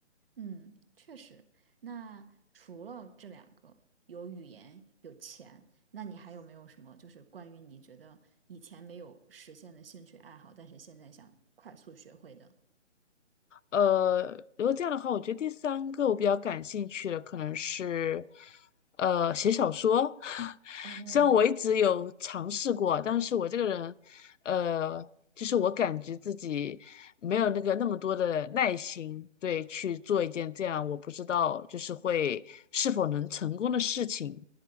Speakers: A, on the right; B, on the left.
A: 嗯，确实。那除了这两个，有语言，有钱，那你还有没有什么就是关于你觉得以前没有实现的兴趣爱好，但是现在想快速学会的？
B: 呃，如果这样的话，我觉得第三个我比较感兴趣的可能是，呃，写小说。<laughs>
A: 哦，
B: 虽然我一直有尝试过，但是我这个人，呃，就是我感觉自己没有那个那么多的耐心，对，去做一件这样我不知道就是会是否能成功的事情，